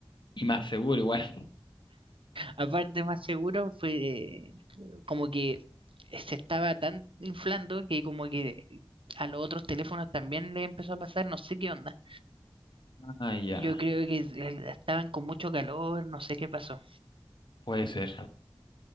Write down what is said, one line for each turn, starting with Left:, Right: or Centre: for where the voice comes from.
Left: Y más seguro igual.
Right: aparte más seguro fue como que se estaba tan inflando que como que a los otros teléfonos también le empezó a pasar, no sé qué onda.
Left: Ah, ya,
Right: Yo creo que eh, estaban con mucho calor, no sé qué pasó.
Left: puede ser.